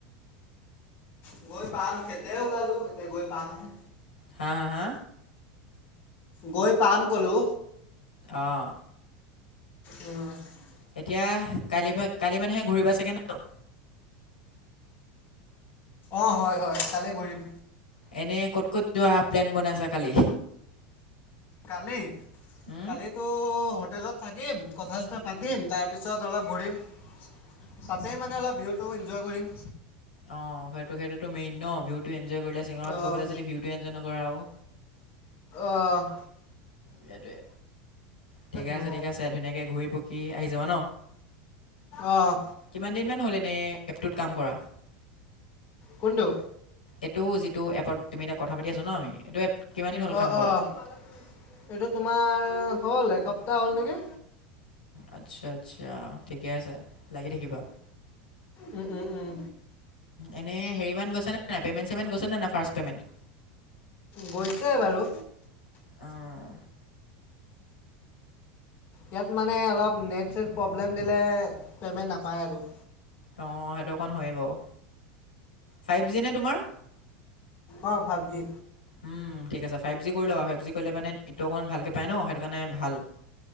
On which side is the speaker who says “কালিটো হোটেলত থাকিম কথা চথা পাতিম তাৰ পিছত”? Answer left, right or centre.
Left